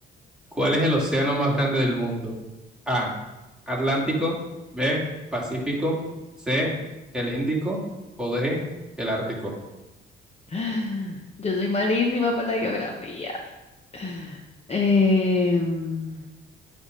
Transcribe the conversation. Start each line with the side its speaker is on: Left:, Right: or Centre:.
Centre: ¿Cuál es el océano más grande del mundo? A. Atlántico. B. Pacífico. C. El Índico. O D. El Ártico.
Left: <sighs> Yo soy malísima para la geografía. <sighs> Em,